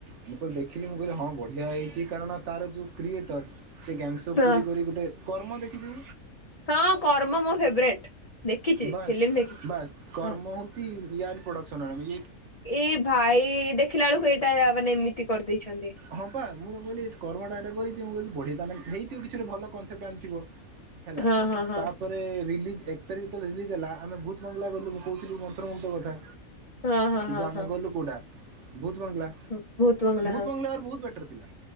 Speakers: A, on the right; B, on the left.
A: ମୁଁ କହିଲି ଦେଖିଲି ମୁଁ କହିଲି ହଁ ବଢ଼ିଆ ହେଇଛି କାରଣ ତାର ଯେଉଁ କ୍ରିଏଟର୍ ସେ ଗ୍ୟାଙ୍ଗସବ
B: ହଁ
A: ପୁରୀ କରି ଗୋଟେ। କର୍ମ ଦେଖିବୁ।
B: ହଁ କର୍ମ ମୋ ଫେବରେଟ। ଦେଖିଛି
A: ବାସ୍
B: ଫିଲ୍ମ ଦେଖିଛି
A: ବାସ୍ କର୍ମ
B: ହଁ।
A: ହଉଛି ୟାରି ପ୍ରଡକ୍ସନର ବି।
B: ଏ ଭାଇ ଦେଖିଲା ବେଳକୁ ଏଇଟା ମାନେ ଏମିତି କରିଦେଇଛନ୍ତି।
A: ହଁ ପା ମୁଁ ତ କହିଲି କର୍ମଟାଟା କରିଛି ମୁଁ କି ବଢ଼ି ତାନ ହେଇଥିବ କିଛି ଗୋଟେ ଭଲ କନସେପ୍ଟ ପ୍ଲାନ ଥିବ। ହେଲା
B: ହଁ
A: ତ
B: ହଁ ହଁ
A: ତାପରେ ରିଲିଜ୍ ଏକ ତାରିଖ ଯେତେବେଳେ ରିଲିଜ୍ ହେଲା ଆମେ ଭୁତ ବଙ୍ଗଳା ଗଲୁ ମୁଁ କହୁଥିଲୁ ମନ୍ତ୍ରମୁଗ୍ଧ କଥା।
B: ହଁ ହଁ
A: କିନ୍ତୁ
B: ହଁ
A: ଆମେ
B: ହଁ
A: ଗଲୁ କୋଉଟା ଭୂତ ବଙ୍ଗଳା।
B: ହଁ ଭୂତ ବଙ୍ଗଳା।
A: ଭୂତ ବଙ୍ଗଳା ବହୁତ ବେଟର ଥିଲା।